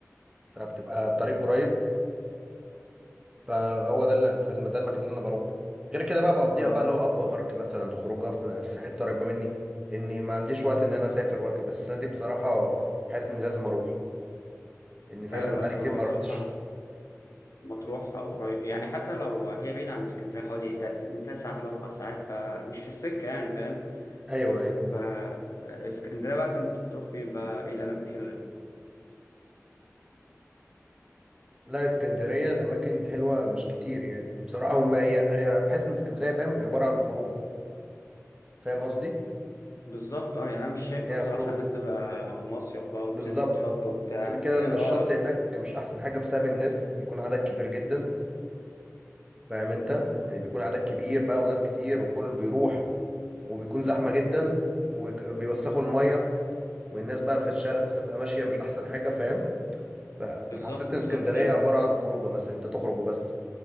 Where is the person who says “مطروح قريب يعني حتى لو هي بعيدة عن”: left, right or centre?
Left